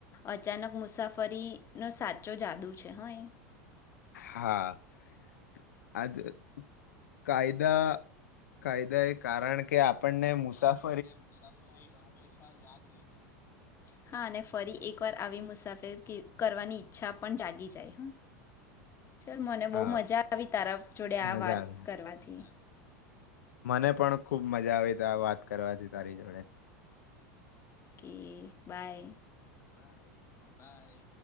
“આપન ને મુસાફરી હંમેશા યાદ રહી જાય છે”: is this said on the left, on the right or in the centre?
Left